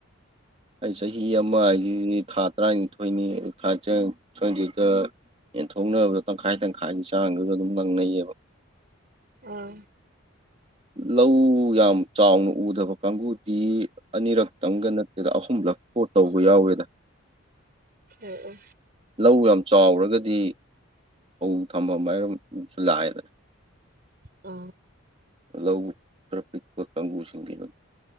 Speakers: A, on the right (about 30°); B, on the right (about 45°).
A: ꯑꯩ ꯆꯍꯤ ꯑꯃ ꯍꯥꯏꯁꯤꯗꯤ ꯊꯥ ꯇꯔꯥꯅꯤꯊꯣꯏꯅꯤ ꯊꯥ ꯇꯔꯥꯅꯤꯊꯣꯏꯁꯤꯗ ꯌꯦꯟꯊꯣꯛꯅꯕꯗꯣ ꯇꯪꯈꯥꯏ ꯇꯪꯈꯥꯏꯒꯤ ꯆꯥꯡꯗꯨꯒ ꯑꯗꯨꯝ ꯅꯪꯅꯩꯌꯦꯕ
B: ꯑꯥ
A: ꯂꯧ ꯌꯥꯝ ꯆꯥꯎꯅ ꯎꯗꯕ ꯀꯥꯡꯕꯨꯗꯤ ꯑꯅꯤꯔꯛ ꯈꯤꯇꯪꯒ ꯅꯠꯇꯦꯗ ꯑꯍꯨꯝꯂꯛ ꯀꯣꯠ ꯇꯧꯕ ꯌꯥꯎꯋꯦꯗ
B: ꯑꯣ
A: ꯂꯧ ꯌꯥꯝ ꯆꯥꯎꯔꯒꯗꯤ ꯐꯧ ꯊꯝꯕ ꯃꯌꯝ ꯑꯃꯁꯁꯨ ꯂꯥꯛꯑꯦꯗꯅ
B: ꯑ
A: ꯂꯧ ꯈꯔ ꯄꯤꯛꯄ ꯀꯥꯡꯕꯨꯁꯤꯡꯗꯤ ꯑꯗꯨꯝ